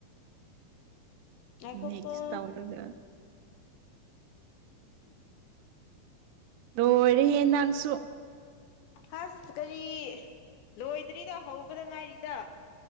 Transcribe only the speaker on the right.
ꯃꯤꯛꯁ ꯇꯧꯔꯒ
ꯅꯣꯏꯔꯤ ꯌꯦ ꯅꯪꯁꯨ